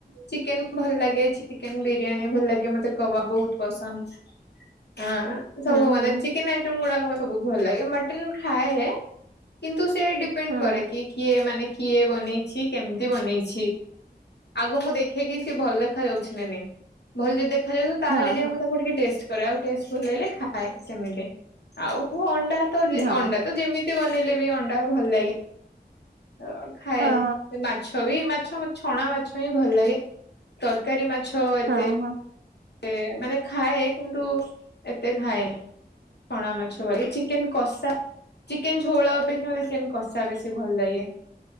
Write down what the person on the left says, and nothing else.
ଚିକେନ ଭଲ ଲାଗେ। ଚିକେନ ବିରିୟାନୀ ଭଲ ଲାଗେ ମତେ। <unintelligible> କବାବୁ ବୋହୁତ ପସନ୍ଦ। ହଁ ସବୁ
ମାନେ
ଚିକେନ ଆଇଟମ୍ ଗୁଡାକ ମତେ ସବୁ ଭଲ ଲାଗେ। ମଟନ ଖାଏ କି ନ୍ତୁ ସେ ଡିପେଣ୍ଡ
କରେ କି କିଏ ମାନେ କିଏ ବନେଇଚି କେ ମିତି ବନେଇଚି। ଆଗ ମୁଁ ଦେଖେ କି ସେ ଭଲ ଦେଖା ଯାଉଚି ନା ନାଇଁ। ଭଲ ଯଦି ଦେ ଖାଯାଉ ତାହେଲେ
ଯାଇ
ମୁଁ ତାକୁ ଟିକେ ଟେଷ୍ଟ କରେ ଆଉ ଟଷ୍ଟ ଭଲ ଲାଗିଲେ ଖାଏ। ସେମିତି ଆଉ ଅ ଣ୍ଡା ତ
ଅଣ୍ଡା ତ ଯେମିତି ବନେଇଲେ ବି ଅଣ୍ଡା ଭଲ ଲାଗେ। ଅ ଖାଏ
ମାଛ ବି ମାଛ ମ ଛଣା ମାଛ ହିଁ ଭଲ ଲାଗେ। ତରକାରୀ ମା ଛ ଏତେ
ତେ ମାନେ ଖାଏ କିନ୍ତୁ ଏତେ ଖାଏନି। ଛଣା ମାଛ ଭଳି <unintelligible> ଚିକେନ କଷା ଚିକେନ ଝୋଳ ଅପେକ୍ଷା ମତେ ଚିକେନ କଷା ବେଶୀ ଭଲ ଲାଗେ।